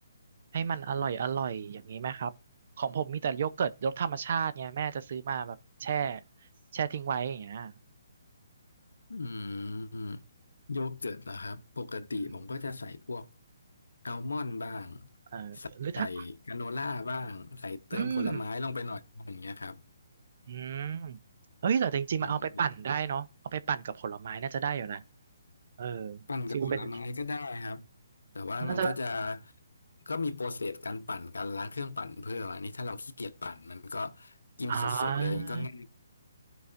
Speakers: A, on the right; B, on the left.
A: ให้มันอร่อยอร่อยอย่างนี้ไหมครับของผมมีแต่โยเกิร์ตรสธรรมชาติไงแม่จะซื้อมาแบบแช่แช่ทิ้งไว้อย่างเงี้ย
B: อืมโยเกิร์ตเหรอครับปกติผมก็จะใส่พวก
A: อืม
B: อัลมอนด์บ้าง
A: เออหรือถ้า
B: ใส่กราโนล่าบ้างใส่เติมผลไม้ลงไปหน่อยอย่างเงี้ยครับ
A: อืมอืมเอ้ยแต่จริงๆมาเอาไปปั่นได้เนาะเอาไปปั่นกับผลไม้น่าจะได้อยู่นะ
B: อืม
A: เออ
B: ปั่นกับผลไม้ก็ได้ครับ
A: ฟิลเป็น
B: แต่ว่ามันก็จะ
A: น่าจะ
B: ก็มีโปรเซสการปั่นการล้างเครื่องปั่นเพิ่มอันนี้ถ้าเราขี้เกียจปั่นมันก็กินสดๆเลยมันก็ง่าย
A: อ่า